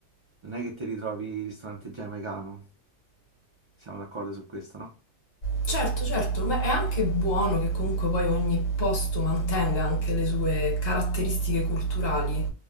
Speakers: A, on the right; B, on the left.
A: non è che ti ritrovi il ristorante giamaicano. Siamo d'accordo su questo, no?
B: certo, certo, ma è anche buono che comunque poi ogni posto mantenga anche le sue caratteristiche culturali.